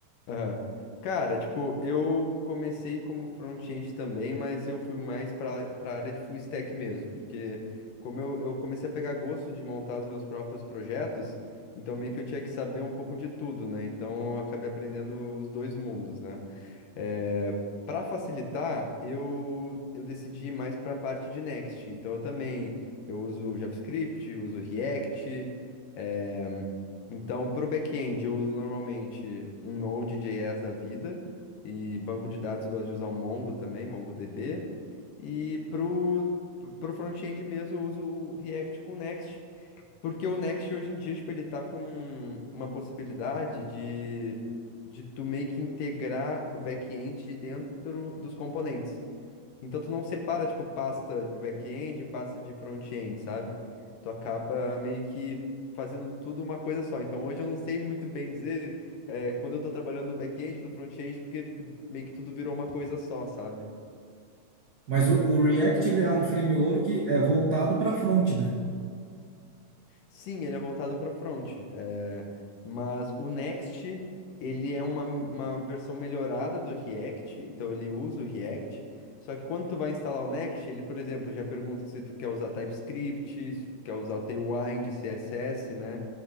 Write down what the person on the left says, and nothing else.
Aham. Cara, tipo, eu comecei como front-end também, mas eu fui mais para para área de full stack mesmo, porque como eu, eu comecei a pegar gosto de montar os meus próprios projetos, então meio que eu tinha que saber um pouco de tudo, né? Então eu acabei aprendendo os dois mundos, né? É, para facilitar, eu, eu decidi ir mais para a parte de Next. Então eu também eu uso JavaScript, uso React, eh, então, para o back-end, eu uso normalmente um Node.js da vida, e banco de dados eu gosto de usar o Mongo também, MongoDB. E para o front-end mesmo eu uso o React com o Next, porque o Next hoje em dia, tipo, ele tá com uma possibilidade de, de tu meio que integrar o back-end dentro dos componentes. Então tu não separa, tipo, pasta de back-end e pasta de front-end, sabe? Tu acaba meio que fazendo tudo uma coisa só. Então hoje eu não sei muito bem dizer, eh, quando eu tô trabalhando no back-end, no front-end, porque meio que tudo virou uma coisa só, sabe?
Sim, ele é voltado para front, é, mas o Next, ele é uma, uma versão melhorada do React, então ele usa o React, só que quando tu vai instalar o Next, ele, por exemplo, já pergunta se tu quer usar TypeScript, se tu quer usar o Tailwind, CSS, né?